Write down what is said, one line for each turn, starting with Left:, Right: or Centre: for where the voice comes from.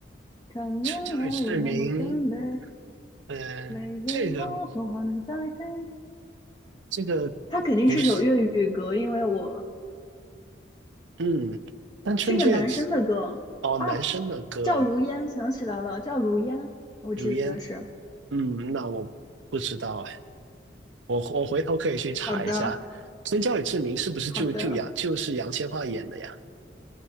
Left: 谈恋爱为何不准备？
Right: 春娇与志明，嗯、
Left: 泪给我，
Right: 这个
Left: 童话能再听。
Right: 这个
Left: 它肯定是首粤语歌，
Right: 不是，
Left: 因为我
Right: 嗯，但春节
Left: 是个男生的歌啊，
Right: 哦，男生的歌，
Left: 叫如烟，想起来了，叫如烟，我记得是。
Right: 如烟，嗯，那我不知道哎。我我回头可以去查一下，
Left: 好的，
Right: 春娇与志明是不是就就杨就是杨千嬅演的呀？
Left: 好的，